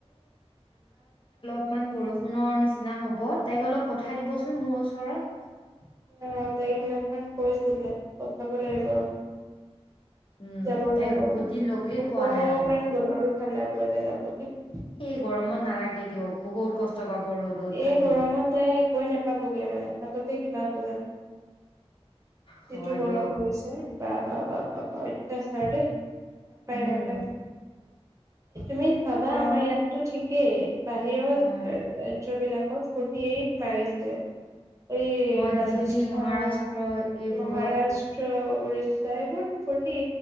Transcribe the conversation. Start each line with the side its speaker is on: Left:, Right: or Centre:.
Left: অকনমান বৰষুণৰ নিচিনা হ'ব তাইক অলপ পঠাই দিবচোন মোৰ ওচৰত।
Right: অ' তাই সেইদিনাখন কৈছিলে পঠাব লাগিব ৰ'বা।
Left: উম
Right: যাব
Left: তাইক
Right: যাব
Left: বহুত দিন লগেই
Right: অকনমান
Left: পোৱা নাই মই
Right: বতৰটো ঠাণ্ডা কে যাম <unintelligible>
Left: এই গৰমত নালাগে দিয়ক বহুত কষ্ট পাব। ৰ'দত
Right: এই
Left: আহিলে
Right: গৰমত তাই গৈ নেপাবগে মানে বাটতে কিবা হৈ যাব। অ'।
Left: হয়
Right: যিটো গৰম
Left: দিয়ক
Right: পৰিছে। বা, বা, বা। অ', এতিয়া চাৰ নাপায়
Left: উম
Right: নাপায়। তুমি ভাবা
Left: আৰু গৰমত
Right: আমাৰ ইয়াতটো ঠিক সেই বাহিৰৰ
Left: অ
Right: বিলাকত স্কুটি এই মাৰিছে। এই
Left: অ
Right: ৰাজস্থান,
Left: দিল্লী মহাৰাষ্ট্ৰ এইবোৰত
Right: মহাৰাষ্ট্ৰ। ওড়িশা এইবোৰ ফ'ৰ্টি